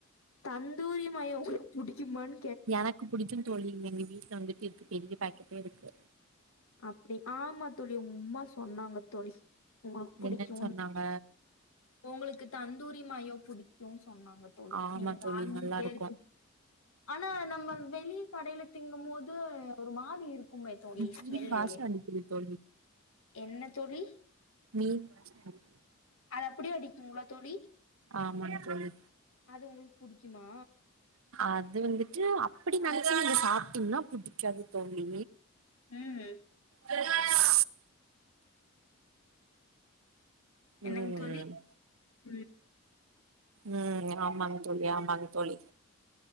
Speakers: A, on the left; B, on the right.
A: தந்தூரி மயோ புடிக்குமன்
B: எனக்கு புடிக்கு தோழி எங்க வீட்ல வந்துட்டு இர்க்கு பெரிய பேக்கெட்டே இருக்கு.
A: அப்பிடி ஆமா தோழி உம்மா சொன்னாங்க தோழி உங்குளுக் புடிக்குன்
B: என்னன்னு சொன்னாங்க
A: உங்குளுக்கு தந்தூரி மயோ புடிக்குன் சொன்னாங்க தோழி
B: ஆமா
A: நீங்க
B: தோழி
A: வாங்கிட்டே
B: நல்லா இருக்கு
A: இருப்பி ஆனா நம்ம வெளி கடையில திங்கும் போது ஒரு மாரி இருக்குமே தோழி
B: ம்
A: ஸ்மெல்லு.
B: வெயில் வாசோ அடிக்கிதே தோழி
A: என்ன தோழி?
B: மீன் வாசோ அடி
A: அது அப்பிடியே அடிக்குங்ளா தோழி?
B: ஆமாங்க தோழி
A: அது உங்குளுக் புடிக்கிமா?
B: அது வந்துட்டு அப்டி நெனச்சு நீங்க சாப்ட்டீங்கனா புடிக்காது தோழி
A: ம்
B: வெங்காயம் ம்
A: என்னங்க தோழி? ம்.
B: ம் ஆமாங்க தோழி ஆமாங்க தோழி